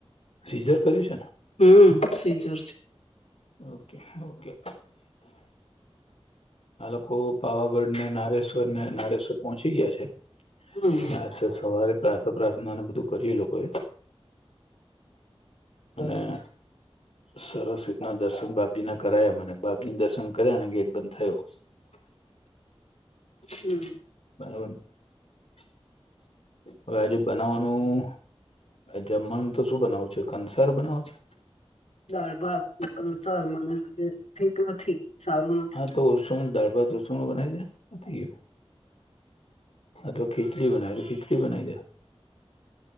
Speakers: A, on the left; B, on the left.
A: સીઝર કર્યું છે ને
B: હમ સીઝન છે
A: ઓકે ઓકે આ લોકો પાવાગઢ ને નારેશ્વર ને નારેશ્વર પહોંચી ગયા છે
B: હમ
A: નારેશ્વર સવારે પ્રાર્થ પ્રાર્થનાને બધું કરીયું એ લોકોએ
B: બરાબર
A: અને સરસ રીતના દર્શન બાકી ના કરાયા મને બાકીને દર્શન કર્યા અને ગેટ બંધ થયો <inaudible>
B: હમ
A: <unintelligible> હવે આજે બનાવવાનું જમવાનું તો શું બનાવો છો કંસાર બનાવો છો
B: દાળ ભાત અનુસાર મને આજે ઠીક નથી સારું નથી
A: હા તો ઓસણ દાળભાત ઉસણું બનાવી દે થઈ ગયું. અથવા ખીચડી બનાવી હોય તો ખીચડી બનાઈ દે.